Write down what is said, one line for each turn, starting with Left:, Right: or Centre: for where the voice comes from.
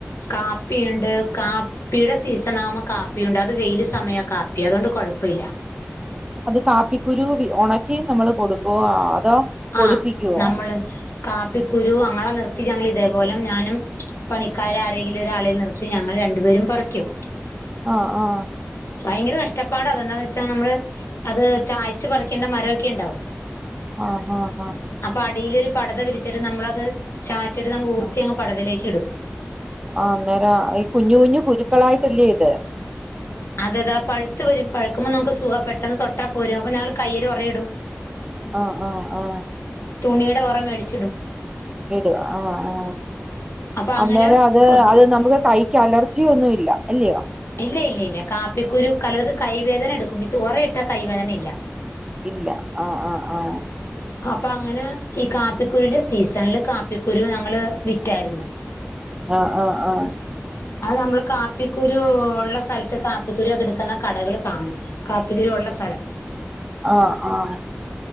Left: കാപ്പിയുണ്ട് കാ പ്പിയുടെ സീസണാവുമ്പോ കാപ്പിയുണ്ട് അത് വെയിൽ സമയ കാപ്പി അതോണ്ട് കൊയപ്പമില്ല
Right: അത് കാപ്പിക്കുരു ഒണക്കി നമ്മള് കൊടുക്കോ അതോ പൊടിപ്പിക്കുവോ
Left: ആഹ് നമ്മള് കാപ്പി കുരു അങ്ങളെ നിർത്തി ഞങ്ങളിതേപോലെ ഞാനും പണിക്കാരാരെങ്കിലും ഒരാളെ നിർത്തി ഞങ്ങൾ രണ്ടുപേരും പറിക്കും
Right: ആഹ് ആഹ്
Left: ഭയങ്കര കഷ്ടപ്പാട അതെന്താന്ന് വെച്ചാ നമ്മള് അത് ചായ്ച്ച് പറിക്കേണ്ട മര ഒക്കെ ഉണ്ടാവും
Right: ആഹ് ആഹ്
Left: അപ്പ അടീലൊരു പടത വിരിച്ചിട്ട് നമ്മളത് ചാച്ചിട്ട് നമ്മൾ ഊർത്തി
Right: ആ
Left: അങ്ങ് പടതയിലേക്ക്ടും
Right: ആ അന്നേര ഈ കുഞ്ഞു കുഞ്ഞു കുരുക്കളായിട്ടല്ലേ ഇത്
Left: അതെതാ പഴുത്തു വരും പഴുക്കുമ്പ നമുക്ക് സുഖ പെട്ടന്ന് തൊട്ട പോരും അപ്പ ഞങ്ങള് കൈയിലൊറയിടും
Right: ആഹ് ആഹ് ആ
Left: തുണിയുടെ ഒറ മേടിച്ച്ടും
Right: ഇടും ആഹ് ആഹ്
Left: അപ്പൊ അങ്ങനെ
Right: അന്നേരം അത്
Left: ഒത്തി
Right: അഹ് നമുക്ക് കൈ ക്കലർജിയൊന്നുമില്ല ഇല്ല്യൊ
Left: ഇല്ല ഇല്ല ഇല്ല കാപ്പിക്കുരു കലർക്ക് കൈവേദന എടുക്കും ഇതൊറ ഇട്ടാ കൈവേദന ഇല്ല
Right: ഇല്ല ആഹ് ആഹ്
Left: അപ്പങ്ങനെ ഈ കാപ്പിക്കുരുന്റെ സീസണില് കാപ്പിക്കുരു ഞങ്ങള് വിറ്റായിരുന്നു
Right: ആഹ് ആഹ് ആ
Left: അത് നമ്മള് കാപ്പിക്കുരു ഉള്ള സ്ഥൽത്ത് കാ പ്പിക്കുരൊക്കെ ഇട്ക്കുന്ന കടകൾ കാണും. കാപ്പിക്കുരു ഉള്ള സ്ഥലം
Right: ആഹ് ആഹ്